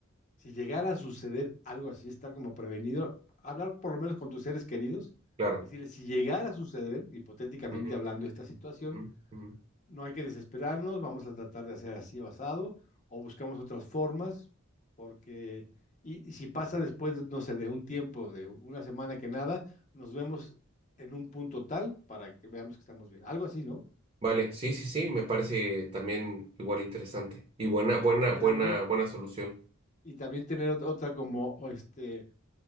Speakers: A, on the left; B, on the right.
A: si llegara a suceder algo así, estar como prevenido, hablar por lo menos con tus seres queridos,
B: claro.
A: decirles, si llegara a suceder, hipotéticamente
B: Ujú,
A: hablando esta situación,
B: ujú, ujú.
A: no hay que desesperarnos, vamos a tratar de hacer así o asado, o buscamos otras formas, porque, y, y si pasa después, no sé, de un tiempo, de una semana que nada, nos vemos en un punto tal para que veamos que estamos bien, algo así, ¿no?
B: Vale, sí, sí, sí, me parece también igual interesante. Y buena, buena,
A: Y
B: buena,
A: a lo mejor,
B: buena solución.
A: y también tener ot- otra como, o este,